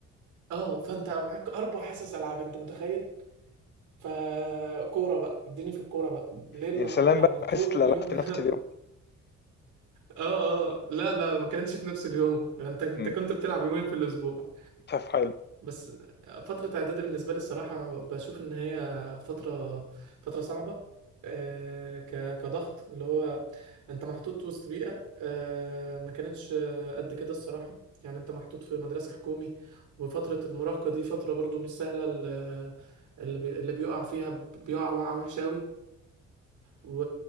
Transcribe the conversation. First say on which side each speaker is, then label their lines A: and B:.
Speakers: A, on the right; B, on the left.
A: اه فأنت معاك أربع حصص ألعاب أنت متخيل فكورة بقى اديني في الكورة بقى ليل
B: يا
A: نهار
B: سلام
A: يعني
B: بقى
A: طول
B: حصة
A: اليوم
B: الالعاب في
A: <laughs>
B: نفس اليوم
A: اه اه لا لا ما كانتش في نفس اليوم انت انت
B: مم.
A: كنت بتلعب يومين في الاسبوع
B: طب حلو
A: بس فترة اعدادي بالنسبة لي الصراحة بشوف ان هي فترة فترة صعبة آه، ك كضغط اللي هو انت محطوط وسط بيئة آه، ما كانتش آه، قد كده الصراحة يعني انت محطوط في مدرسة حكومي وفترة المراهقة دي فترة برضو مش سهلة ال- اللي بي- اللي بيقع فيها بيقع وقعة وحشة أوي و...